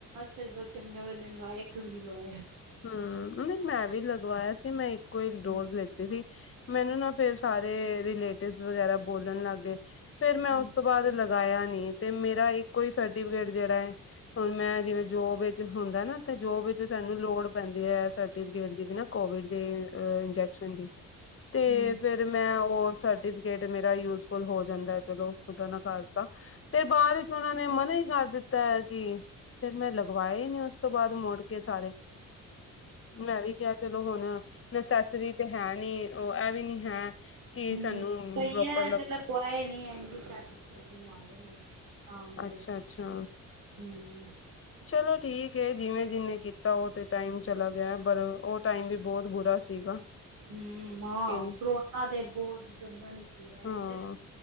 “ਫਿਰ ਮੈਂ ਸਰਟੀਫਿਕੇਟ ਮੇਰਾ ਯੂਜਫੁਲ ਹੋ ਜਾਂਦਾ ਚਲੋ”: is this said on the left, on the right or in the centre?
Left